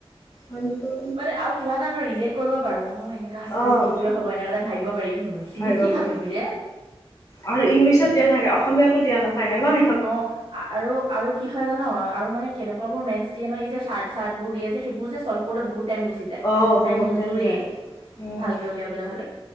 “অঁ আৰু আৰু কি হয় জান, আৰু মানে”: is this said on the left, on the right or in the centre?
Right